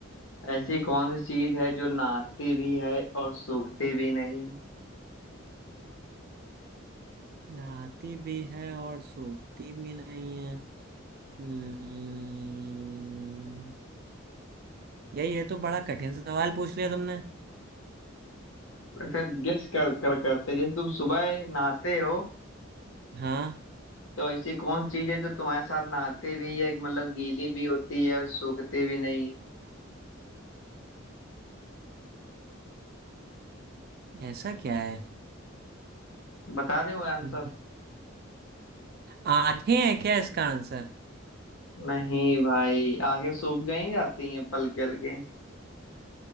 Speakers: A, on the left; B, on the right.
A: ऐसी
B: हम्म,
A: कौन सी चीज है जो नहाती भी है और सूखती भी नहीं
B: नहाती भी है और सूखती भी नहीं है हम्म यार ये तो बड़ा कठिन सवाल पूछ लिया तुमने
A: अच्छा गेस कर, कर करते जैसे तुम सुबह नहाते हो
B: हाँ
A: तो ऐसी कौन सी चीज है जो तुम्हारे साथ नहाते भी है मतलब गीली भी होती है और सूखती भी नहीं है
B: ऐसा क्या है
A: बता दे आंसर
B: हम्म। आंखें हैं क्या इसका आंसर
A: नहीं भाई आंखें सूख गई जाती हैं पलके हल्के